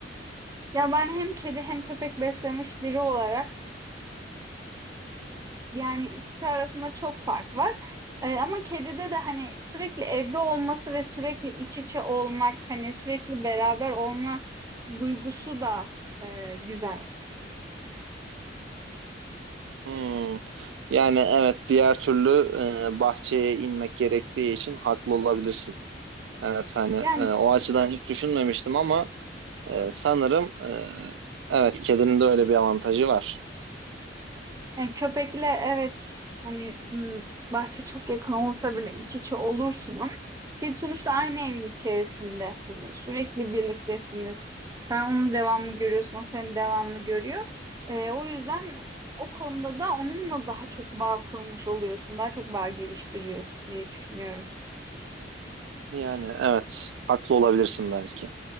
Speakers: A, on the right; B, on the right.
A: Ya ben hem kedi hem köpek beslemiş biri olarak Yani ikisi arasında çok fark var. Ee, ama kedide de hani sürekli evde olması ve sürekli iç içe olmak, hani sürekli beraber olma duygusu da e, güzel.
B: Hmm. Yani evet diğer türlü e, bahçeye inmek gerektiği için haklı olabilirsin. Evet hani
A: Yani
B: e, o açıdan hiç düşünmemiştim ama Ee, sanırım e, evet kedinin de öyle bir avantajı var.
A: Yani köpekle evet hani hmm, bahçe çok yakın olsa bile iç içe olursun ama bir sonuçta aynı evin içerisinde Hani sürekli birliktesiniz. Sen onu devamlı görüyorsun, o seni devamlı görüyor. Ee, o yüzden o konuda da onunla daha çok bağ kurmuş oluyorsun, daha çok bağ geliştiriyorsun diye düşünüyorum.
B: Yani evet haklı olabilirsin belki.